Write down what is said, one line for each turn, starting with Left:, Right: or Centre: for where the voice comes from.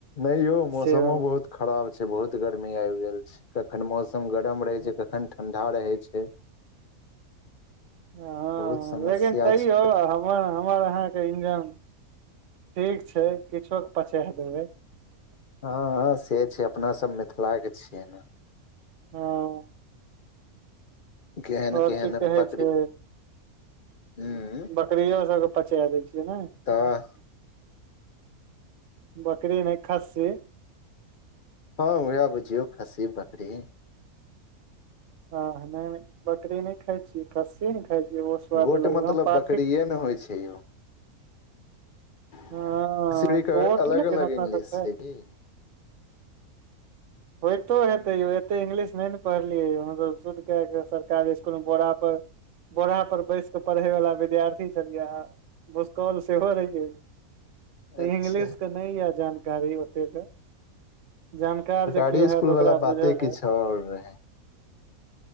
Left: नहि यौ मौसमो
Right: से वला
Left: बहुत खराब छै बहुत गर्मी आबि गेल छै कखन मौसम गरम रहै
Right: हँ
Left: छै कखन ठंडा रहै छै
Right: हँ
Left: बहुत समस्या
Right: लेकिन तैयो
Left: छै
Right: हमर हमर अहाँके इंजन ठीक छै किछु पचा देबै
Left: हँ हँ से छै अपनासभ मिथिलाके छियै ने
Right: हँ
Left: केहन
Right: आओर
Left: केहन
Right: की कहै
Left: बकरी
Right: छै
Left: ह
Right: बकरियो सबके पचा दै छियै ने
Left: त्ताअ
Right: बकरी नहि खास्सी
Left: हँ उएह बुझियौ खस्सी बकरी
Right: हँ नहि नय बकरी नहि खााय छी खस्सी ने खााय छी ओहो स्वाद
Left: गोट
Right: अग
Left: मतलब
Right: पा
Left: बकरिए होइ छै यौ <unintelligible>
Right: हँ गोट
Left: अलग
Right: लेकिन
Left: अलग
Right: अपना
Left: इंग्लिश
Right: सबके
Left: छै कि
Right: होइतो हेतै यौ एते इंगलिश नहि ने पढ़लियै य हमसभ शुद्ध क क सरकारी कोनो बोरा पर बोरा पर बैसके पढ़े वाल्ला विद्यार्थी छलियै भुसकॉल से हो रहै ये त
Left: अच्छा
Right: इंग्लिश के नहि यऽ जानकारी ओतेक के जानकार जे
Left: श्री
Right: केओ
Left: स्कुल
Right: हैत
Left: वला
Right: ओकरा
Left: बाते
Right: बुझल
Left: किछु
Right: हैत
Left: आओर रहे